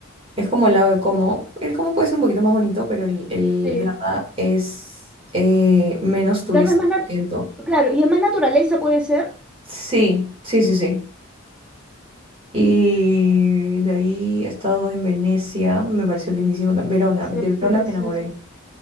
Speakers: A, on the right (about 30°); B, in the centre.
A: Es como el lago de Como. El Como puede ser un poquito más bonito, pero el, el
B: Sí.
A: Garda es eh, menos turístico,
B: Darles más, nat-
A: siento.
B: claro, y es más naturaleza puede ser.
A: Sí, sí, sí, sí. Y de ahí he estado en Venecia, me pareció lindísimo. tam- Verona,
B: Sí,
A: de Verona
B: qué precioso.
A: me enamoré.